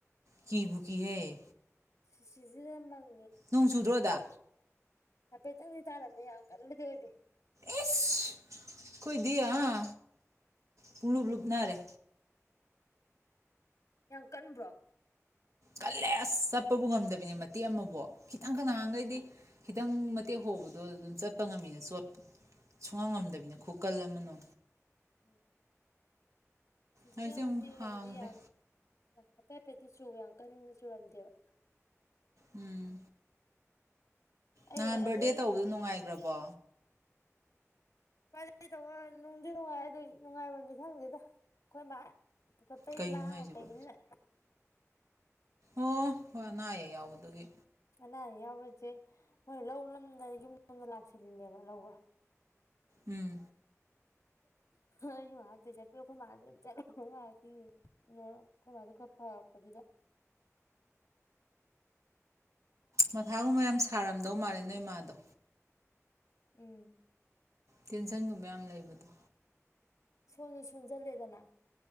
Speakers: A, on the right; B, on the left.
A: ꯀꯤꯕꯨ ꯀꯤꯍꯩ
B: ꯁꯤꯖꯤꯅ ꯅꯪ
A: ꯅꯣꯡ ꯆꯨꯗ꯭ꯔꯣ ꯑꯗ
B: ꯍꯥꯏꯐꯦꯠꯇꯪꯗꯤ ꯇꯥꯔꯝꯃꯦ ꯌꯥꯝ ꯀꯟꯕꯗꯤ ꯑꯣꯏꯗꯦ
A: ꯑꯦꯁ ꯑꯩꯈꯣꯏꯗꯤ ꯑꯥ ꯄꯨꯡꯂꯨꯞ ꯂꯨꯞ ꯅꯥꯔꯦ
B: ꯌꯥꯝ ꯀꯟꯕ꯭ꯔꯣ
A: ꯀꯜꯂꯦ ꯑꯁ ꯆꯠꯄꯕꯨ ꯉꯝꯗꯕꯤꯅꯦ ꯃꯇꯦꯛ ꯑꯃꯕꯣ ꯈꯤꯇꯪꯒ ꯅꯥꯍꯟꯒꯩꯗꯤ ꯈꯤꯇꯪ ꯃꯇꯦꯛ ꯍꯧꯕꯗ ꯑꯗꯨꯝ ꯆꯠꯄ ꯉꯝꯃꯤꯅ ꯆꯣꯠꯄ ꯁꯨꯡꯉꯝ ꯉꯝꯗꯕꯤꯅꯦ ꯈꯨꯀꯜ ꯑꯃꯅ
B: ꯎꯝ ꯁꯤꯖꯤꯗꯃꯇꯦ
A: ꯍꯧꯖꯤꯛꯇꯤ ꯑꯃꯨꯛ ꯍꯥꯡꯈ꯭ꯔꯦ
B: ꯍꯥꯏꯗꯤ ꯌꯥꯝ ꯍꯥꯏꯐꯦꯠ ꯍꯥꯏꯐꯦꯠꯇ ꯆꯨꯕ ꯌꯥꯝ ꯀꯟꯅ ꯆꯨꯔꯝꯗꯦꯕ
A: ꯎꯝ
B: ꯑꯩ
A: ꯅꯍꯥꯟ ꯕꯔꯗꯦ
B: ꯑꯗꯨꯏ
A: ꯇꯧꯕꯗꯣ ꯅꯨꯡꯉꯥꯏꯒꯔꯕꯣ
B: ꯕꯥꯗꯦ ꯇꯧꯕ ꯅꯨꯡꯗꯤ ꯅꯨꯡꯉꯥꯏ ꯑꯗꯨꯏ ꯅꯨꯡꯉꯥꯏꯕꯝꯗꯤ ꯈꯪꯗꯦꯗ ꯑꯩꯈꯣꯏ ꯃꯥ ꯄꯨꯈꯄꯩ
A: ꯀꯩꯅꯣ
B: ꯂꯥꯡꯉ
A: ꯍꯥꯏꯁꯤꯕꯣ
B: ꯂꯩꯕꯅꯤꯅ
A: ꯑꯣ ꯍꯣꯏ ꯅꯥꯏꯌꯦꯦ ꯌꯥꯎꯕꯗꯨꯒꯤ
B: ꯑꯅꯥ ꯑꯌꯦꯛ ꯌꯥꯎꯕꯖꯦ ꯃꯣꯏ ꯂꯧ ꯂꯝꯗ ꯌꯨꯝ ꯂꯣꯝꯗ ꯂꯥꯛꯁꯜꯂꯤꯅꯦꯕ ꯂꯧꯕ
A: ꯎꯝ
B: ꯑꯩꯖꯨ ꯉꯍꯥꯛ ꯇꯤ ꯆꯠꯄꯤꯎ ꯈꯣꯏ ꯃꯥꯖꯨ ꯆꯠꯂꯝꯗꯧ ꯃꯥꯜꯂꯗꯤ ꯈꯣꯏ ꯕꯥ ꯖꯨ ꯈꯔ ꯐꯔꯛꯄꯁꯤꯗ <unintelligible>
A: ꯃꯊꯥꯒꯨꯝꯕ ꯌꯥꯝ ꯁꯥꯔꯝꯗꯧ ꯃꯥꯜꯂꯦ ꯅꯣꯏ ꯃꯥꯥꯗꯣ
B: ꯎꯝ
A: ꯇꯦꯟꯁꯟꯒꯨꯝꯕ ꯌꯥꯝ ꯂꯩꯕꯗꯣ
B: ꯁꯣꯟꯖꯨ ꯁꯣꯟꯖꯜꯂꯦꯗꯅ